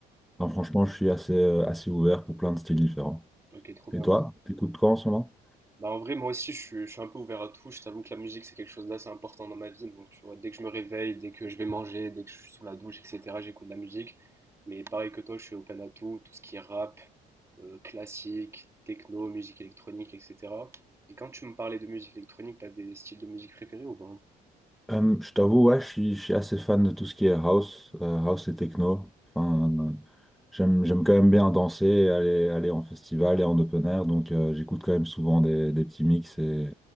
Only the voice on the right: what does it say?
Ok, trop bien.
Bah en vrai, moi aussi, je suis, je suis un peu ouvert à tout. Je t'avoue que la musique, c'est quelque chose d'assez important dans ma vie. Donc, tu vois, dès que je me réveille, dès que je vais manger, dès que je suis sous la douche, etc., j'écoute de la musique. Mais pareil que toi, je suis open à tout, tout ce qui est rap, euh, classique, techno, musique électronique, etc. Et quand tu me parlais de musique électronique, t'as des styles de musique préférés ou pas? Moi,